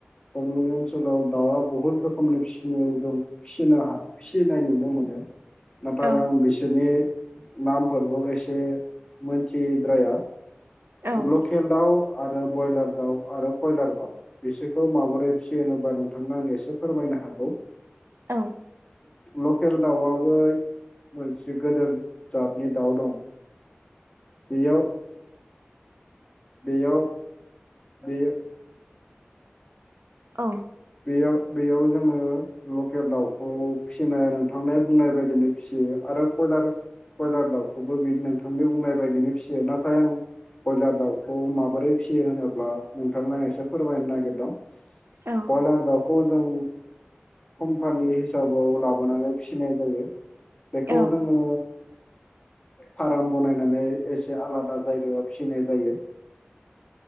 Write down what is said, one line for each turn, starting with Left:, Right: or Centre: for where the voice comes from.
Left: जोंनि ओनसोलाव दाउआ बहुद रोखोमनि फिसिनो दंनो फिसिनाय नुनो मोनो। <inaudible> नाथाय
Right: औ
Left: आं बिसोरनि नामफोरखौ एसे मोनथिद्राया।
Right: औ
Left: लखेल दाउ आरो ब्रयलार दाउ आरो कयलार दा बिसोरखौ माबोरै फिसियो होनोबा नोंथांनो आं एसे फोरमायनो। हागौ
Right: औ
Left: लकेल दाउआबो मोनसे गदेर जातनि दाउ दं। बियाव बेयाव बेयो
Right: औ
Left: बियाव बेयाव जोङो लकेल दाउखौ फिसिनाय नोंथांनाया बुंनाय बायदिनो फिसियो आरो ब ब्रयलार दाउखौबो बि नोंथांनि बुंनाय बायदिनो फिसियो नाथाय आं ब्रयलार दाउखौ माबोरै फिसियो होनोब्ला नोंथांना एसे फोरमायनो नागिरदों। बयलार
Right: औ
Left: दाउखौ जों कम्पानि हिसाबाव लाबोनानै फिनाय जायो बेखौ
Right: औ
Left: जोङो फार्म बनायनानै एसे आलादा जायगायाव फिनाय जायो।